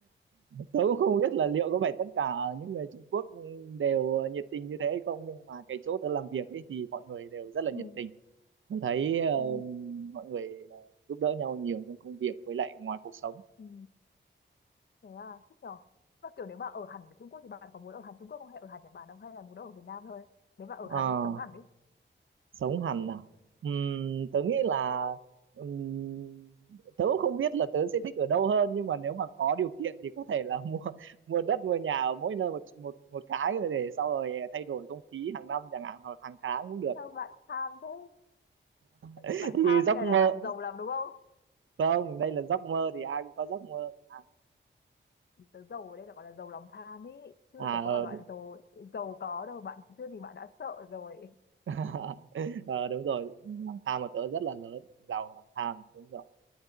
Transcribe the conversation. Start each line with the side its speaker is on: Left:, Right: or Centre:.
Right: tớ cũng không biết là liệu có phải tất cả những người Trung Quốc đều nhiệt tình như thế hay không nhưng mà cái chỗ tớ làm việc ấy thì mọi người đều rất là nhiệt
Left: Ừ,
Right: tình tớ thấy ờ,
Left: ừ,
Right: mọi người ờ, giúp đỡ nhau nhiều trong công việc với lại ngoài cuộc sống
Left: ừ. Thế à, thích nhờ Mà kiểu nếu mà ở hẳn ở Trung Quốc thì bạn có muốn ở hẳn Trung Quốc không hay ở hẳn Nhật Bản không hay là muốn ở Việt Nam thôi? Nếu mà ở
Right: Ờ
Left: hẳn ấy, sống hẳn đi.
Right: sống hẳn nào, Ừm, tớ nghĩ là ừm, tớ cũng không biết là tớ sẽ thích ở đâu hơn nhưng mà nếu mà có điều kiện thì có thể là <laughs> mua mua đất mua nhà ở mỗi nơi một một một cái rồi để sau rồi thay đổi không khí hàng năm chẳng hạn hoặc hàng tháng cũng được
Left: Sao bạn tham thế?
Right: <laughs>
Left: bạn
Right: thì
Left: tham
Right: giấc
Left: như này
Right: mơ
Left: là bạn giàu lắm đúng không
Right: không đây là giấc mơ thì ai cũng có giấc mơ mà.
Left: tớ giàu ở đây là gọi là giàu lòng tham ý chứ
Right: à à,
Left: tớ có
Right: ờ
Left: bảo bạn
Right: đúng,
Left: giàu giàu có đâu bạn chưa thì bạn đã sợ rồi
Right: <laughs> ờ, đúng rồi lòng tham của tớ rất là lớn giàu lòng tham đúng rồi